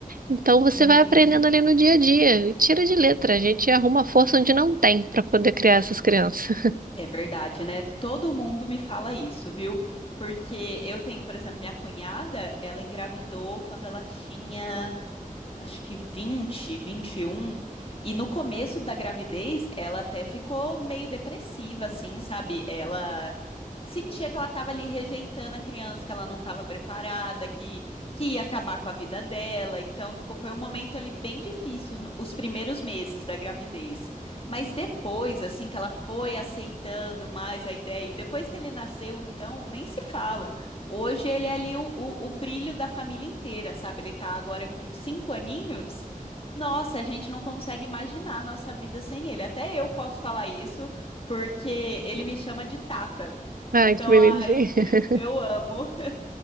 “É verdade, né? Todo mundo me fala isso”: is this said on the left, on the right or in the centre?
Left